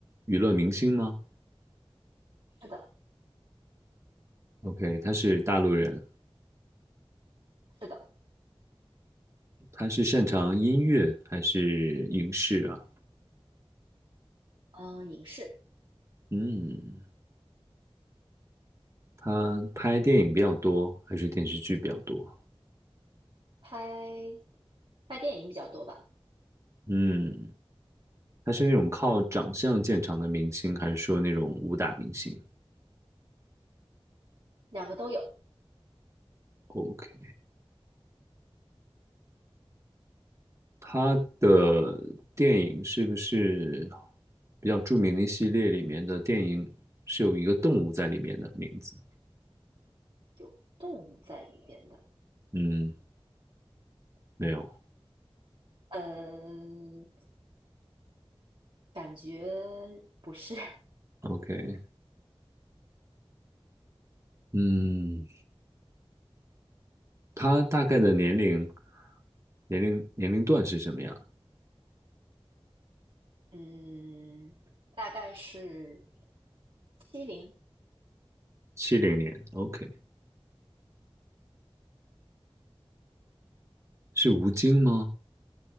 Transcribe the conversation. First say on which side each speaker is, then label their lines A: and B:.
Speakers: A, on the right; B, on the right.
A: 娱乐明星吗
B: 是的，
A: ？OK，他是大陆人，
B: 是的，
A: 他是擅长音乐还是影视啊？
B: 嗯，影视，
A: 嗯，他拍电影比较多还是电视剧比较多？
B: 拍拍电影比较多吧，
A: 嗯，他是那种靠长相见长的明星，还是说那种武打明星
B: 两个都有，
A: ？OK，他的电影是不是比较著名的一系列里面的电影是有一个动物在里面的名字？
B: 有动物在里面的，
A: 嗯，没有。
B: 嗯。感觉不是，
A: OK，嗯，他大概的年龄年龄年龄段是什么样？
B: 嗯，大概是七零，
A: 七零年。OK，是吴京吗？